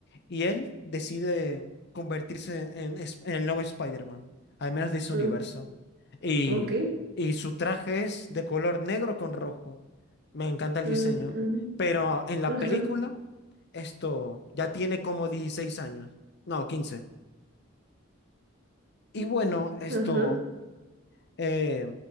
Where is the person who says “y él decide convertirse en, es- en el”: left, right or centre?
Left